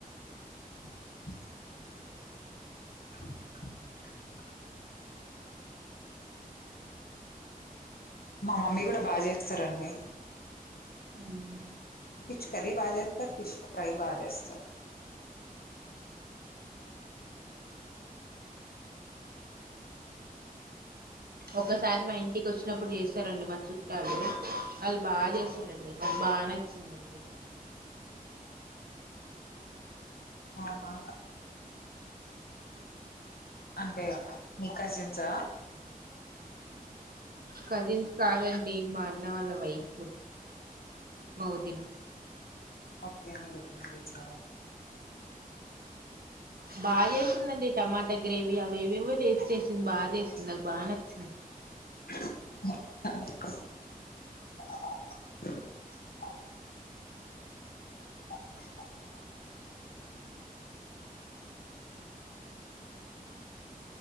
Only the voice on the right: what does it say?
మ్మ్.
ఒకసారి మా ఇంటికి వచ్చినప్పుడు చేసారండి మా చుట్టాలు వాళ్ళు బాగా చేస్తారండి నాకు బాగా నచ్చిందండి
కజిన్స్ కాదండి మా అన్న వాళ్ళ వైఫ్ మా వదిన
బాగా చేసిందండి టమాటా గ్రేవీ అవేవేవో చేస్ చేసింది బాగా సింది నాకు బాగా నచ్చింది